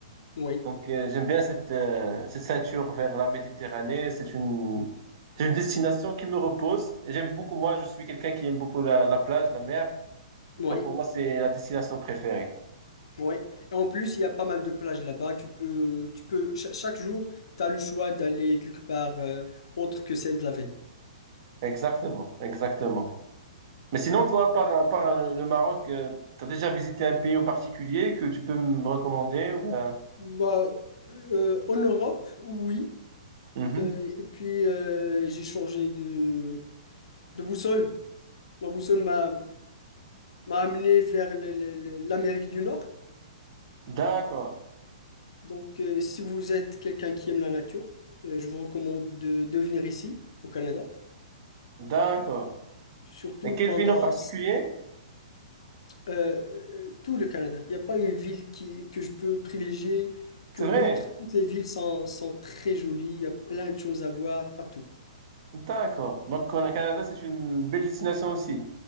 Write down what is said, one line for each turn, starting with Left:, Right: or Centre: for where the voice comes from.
Left: oui,
Right: Donc euh, j'aime bien cette, euh, cette ceinture vers la Méditerranée. C'est une, c'est une destination qui me repose. Et j'aime beaucoup, moi, je suis quelqu'un qui aime beaucoup la, la plage, la mer.
Left: oui.
Right: Donc pour moi, c'est la destination préférée.
Left: Ouais. Et en plus, il y a pas mal de plages là-bas. Tu peux, tu peux, cha- chaque jour, tu as le choix d'aller quelque part euh, autre que celle de la veille.
Right: Exactement, exactement. Mais sinon, toi, par, par le Maroc, tu as déjà visité un pays en particulier que tu peux me recommander ou bien...
Left: Bah, euh, en Europe, oui.
Right: Mhm.
Left: Euh, et puis, euh, j'ai changé de, de boussole. Ma boussole m'a m'a amené vers le- le- le- l'Amérique du Nord.
Right: D'accord,
Left: Donc, euh, si vous êtes quelqu'un qui aime la nature, euh, je vous recommande de, de venir ici, au Canada.
Right: d'accord.
Left: Surtout
Right: Et quelle
Left: pendant,
Right: ville en particulier?
Left: Euh, euh, tout le Canada. Il n'y a pas une ville qui, que je peux privilégier que
Right: C'est
Left: l'autre.
Right: vrai,
Left: Toutes les villes sont, sont très jolies. Il y a plein de choses à voir partout.
Right: d'accord. Donc, le Canada, c'est une belle destination aussi